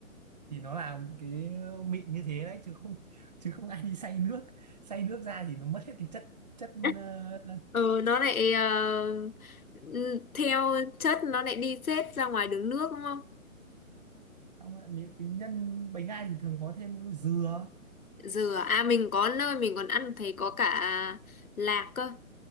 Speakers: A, on the right; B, on the left.
A: thì nó là một cái mịn như thế đấy chứ không chứ không ai đi xay nước xay nước ra thì nó mất hết cái chất chất
B: <laughs>
A: ờ,
B: ờ nó lại ờ, ừ, theo chất nó lại đi xếp ra ngoài đường nước đúng không
A: xong rồi, nếu cái nhân bánh gai thì thường có thêm dừa
B: dừa à À, mình có nơi mình còn ăn thấy có cả lạc cơ